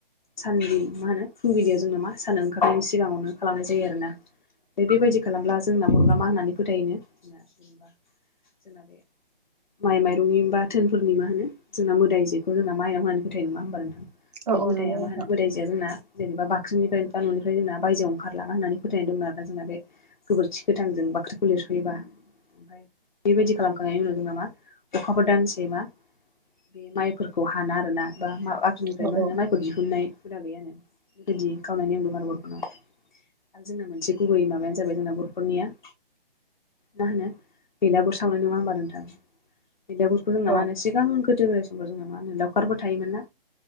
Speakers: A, on the left; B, on the right.
A: साननि मा होनो फुंबिलियाव जोंना मा सान ओंखारनायनि सिगाङावनो खालामनाय जायो आरोना ओमफ्राय बेबायदि खालामब्ला जोंना बर'फोरा मा होननानै फोथायोनो जेनेबा जोंना बे माइ माइ नि बा धोनफोरनि मा होनो जोंना मोदायजोखौ जोंना माइनाव होननानै फोथायो नङा होनबा नों
B: औ
A: बे
B: औ
A: मोदाया
B: नंगौ नोंथां
A: मा होनो मोदाइ या जोंना जेनेबा बाख्रिनिफ्राय बा न'निफ्राय जोंना बायजोआव ओंखारलाङा होननानै फोथायनाय दंमोन आरोना जोंना बे गोबोरखि गोथांजों बाख्रिखौ लिरस'योबा ओमफ्राय बेबायदि खालामखांनायनि जोंना मा अखाफोर दानसे मा बे माइफोरखौ हाना आरोना बा आाख्रिनिफ्राय
B: औ
A: मा होनो माइ बो दिहुननाय हुदा गैयानो बेबायदि खावनाय नेम दं आरो बर'फोरनाव। आरो जोंना मोनसे गुबै माबायानो जाबाय जोंना बर'फोरनिया मा होनो बेलागुर सावनाय नङा होमबा नोंथां बेलागुरखौ जोंना मा
B: औ
A: होनो सिगां गोदो गोदाय समफ्राव जोङो मा होनो लावखारबो थायोमोन ना।